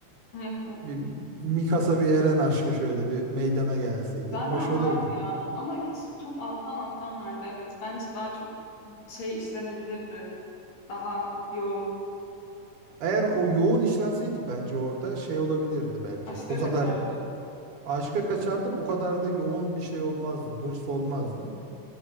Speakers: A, on the left; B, on the right.
A: nasıl?
B: Bir Mikasa bir Eren aşkı şöyle bir meydana gelseydi.
A: Zaten
B: Hoş olurdu.
A: vardı ya. Ama hiç çok alttan alttan vardı. Evet. Bence daha çok şey işlenebilirdi. Daha yoğun.
B: Eğer o yoğun işlenseydi bence orada şey olabilirdi belki.
A: Aşka
B: Bu
A: kaçardı.
B: kadar aşka kaçardı, bu kadar da yoğun bir şey olmazdı, hırs olmazdı.